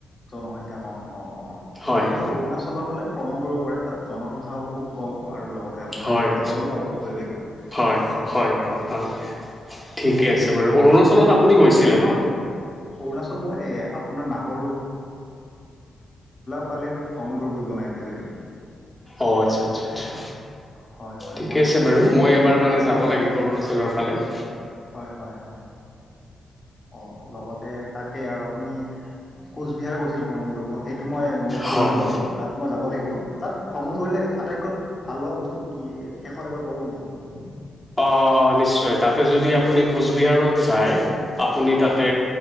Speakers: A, on the left; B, in the centre.
A: জনসংখ্যা কম অ-অ
B: হয়
A: আপুনি অৰুণাচলৰ ফালে ভ্ৰমণ কৰিব পাৰে তাত জনসংখ্যাও খুব কম । আৰু লগতে আপোনাৰ
B: হয়
A: শীতলো পাব পৰিৱেশটো
B: হয় হয় হয় হয় ঠিকে আছে
A: অ
B: বাৰু অৰুণাচলত আপুনি গৈছিলে ন ।
A: অৰুণাচল মই আপোনাৰ নাহৰ সেইফালে ভ্ৰমণ কৰিব যোৱা নাই এতিয়ালৈকে।
B: অ, আচ্ছা-আচ্ছা-আচ্ছা।
A: হয় হয়
B: ঠিকে
A: মই
B: আছে বাৰু মই এবাৰ
A: পৰিকল্পনা
B: মানে যাব
A: মোৰো
B: লাগিব
A: চলাম
B: অৰুণাচলৰ ফালে ।
A: হয় হয় হয় অ, লগতে তাকে আৰু আপুনি কোচবিহাৰ গৈছিল ভ্ৰমণ কৰিব এইটো মই নোট কৰিছো
B: হয়
A: বাৰু তাত মই যাব লাগিব তাত ভ্ৰমণ কৰিলে আটাইতকৈ ভাল লগা বস্তুটো কি শেষত এবাৰ ক'ব নেকি?
B: অ, নিশ্চয় তাতে যদি আপুনি কোচবিহাৰত যায় আপুনি
A: হয়
B: তাতে
A: হয়